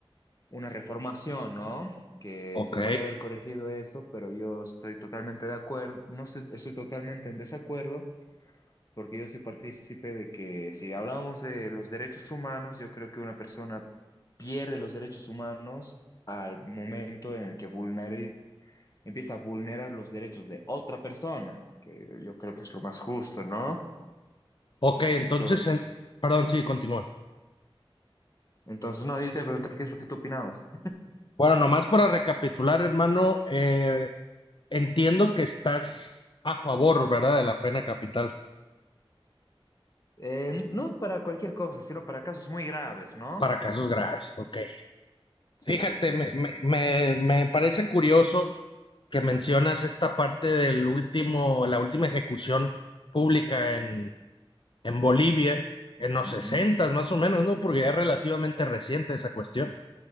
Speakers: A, on the left; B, on the left.
A: una reformación, ¿no? Que
B: ok,
A: se podía haber corregido eso, pero yo estoy totalmente de acuerdo, no estoy, estoy totalmente en desacuerdo, porque yo soy partícipe de que si hablamos de los derechos humanos, yo creo que una persona pierde los derechos humanos al momento en el que vulnera- empieza a vulnerar los derechos de otra persona, que yo creo que es lo más justo, ¿no?
B: ok, entonces,
A: Entonces,
B: en- perdón, sí, continúa.
A: entonces no, yo te voy a preguntar qué es lo que tú opinabas.
B: Bueno, nomás para recapitular, hermano, eh, entiendo que estás a favor, ¿verdad?, de la pena capital
A: Eh, no para cualquier cosa, sino para casos muy graves, ¿no?
B: para casos graves, ok.
A: Sí,
B: Fíjate,
A: sí, sí,
B: me,
A: sí.
B: me- me- me parece curioso que mencionas esta parte del último, la última ejecución pública en, en Bolivia, en los
A: Ujú.
B: sesentas más o menos, ¿no? Porque ya es relativamente reciente esa cuestión.